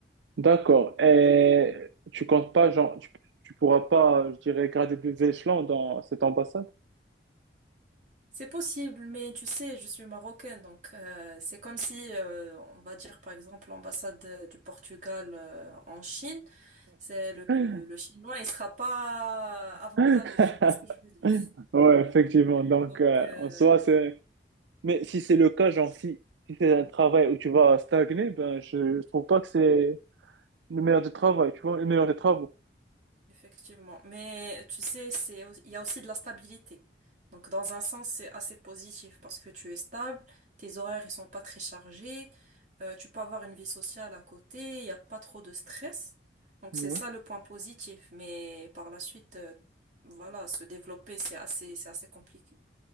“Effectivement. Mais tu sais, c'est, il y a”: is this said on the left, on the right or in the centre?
Right